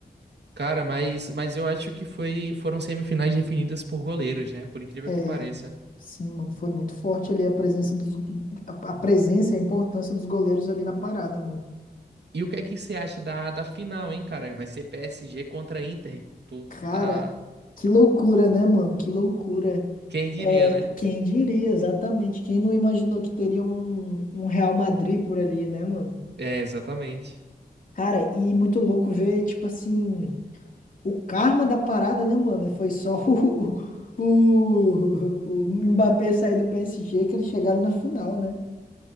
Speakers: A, on the right; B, on the left.
A: Cara, mas, mas eu acho que foi, foram semifinais definidas por goleiros, né? Por incrível
B: É,
A: que pareça.
B: sim, mano, foi muito forte ali a presença dos, a, a presença e a importância dos goleiros ali na parada, mano.
A: E o que é que você acha da, da final, hein, cara? Vai ser PSG contra Inter. Tu, tu
B: Cara,
A: tá.
B: que loucura, né, mano? Que loucura.
A: Quem diria,
B: É,
A: né?
B: quem diria exatamente? Quem não imaginou que teria um, um Real Madrid por ali, né, mano?
A: É, exatamente.
B: Cara, e muito louco ver, tipo assim, o karma da parada, né, mano? Foi só <laughs> o, o, o Mbappé sair do PSG que eles chegaram na final, né?